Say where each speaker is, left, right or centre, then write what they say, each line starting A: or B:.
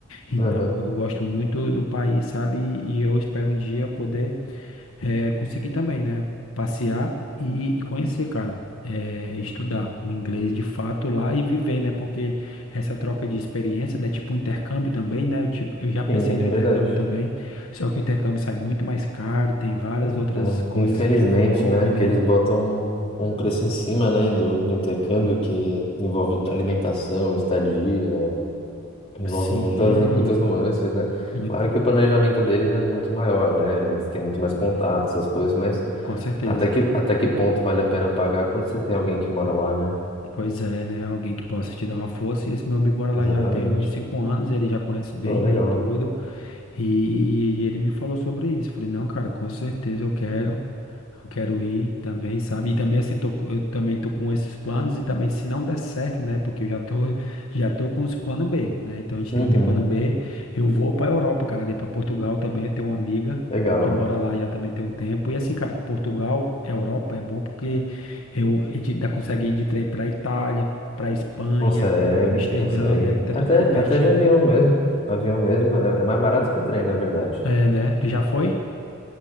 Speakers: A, on the left (about 75°); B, on the left (about 30°).
A: Então,
B: Uhum.
A: eu gosto muito do país, sabe? E eu espero um dia poder eh, conseguir também, né? Passear e, e conhecer, cara. Eh, estudar o inglês de fato lá e viver, né? Porque essa troca de experiência, né? Tipo um intercâmbio também, né? Eu, tipo, eu já pensei
B: Sim,
A: no
B: é
A: intercâmbio
B: verdade.
A: também, só que o intercâmbio sai muito mais caro, tem várias
B: Então,
A: outras coisas
B: infelizmente,
A: que envolve,
B: né, porque
A: né?
B: eles botam um um preço em cima, né, do, do intercâmbio que envolve alimentação, estadia, Envolve
A: Sim,
B: muitas, muitas nuances, né?
A: muito,
B: Claro que o planejamento deles é muito maior, né? Eles têm muito mais contato, essas coisas, mas
A: com certeza.
B: até que, até que ponto vale a pena pagar quando você tem alguém que mora lá, né?
A: Pois é, né? Alguém que possa te dar uma força. E esse meu amigo mora lá
B: Exatamente.
A: já tem uns cinco anos, ele já conhece bem,
B: Pô, legal.
A: né? E tudo. E, e ele me falou sobre isso. Falei, não, cara, com certeza eu quero, eu quero ir também, sabe? E também assim, tô, co- eu também tô com esses planos e também se não der certo, né? Porque eu já tô, já tô com os plano B, né? Então a gente
B: Uhum,
A: tem que ter plano B. Eu vou pra Europa, cara, ali pra Portugal também. Eu tenho uma amiga
B: legal.
A: que mora lá já também tem um tempo. E assim, cara, Portugal, Europa é bom porque eu, a gente dá, consegue ir de trem pra Itália, pra Espanha,
B: Consegue,
A: Amsterdã,
B: consegue.
A: né? Que tá
B: Até,
A: tudo ali pertinho.
B: até de avião mesmo. Avião mesmo é, é mais barato que trem, na verdade.
A: É, né? Tu já foi?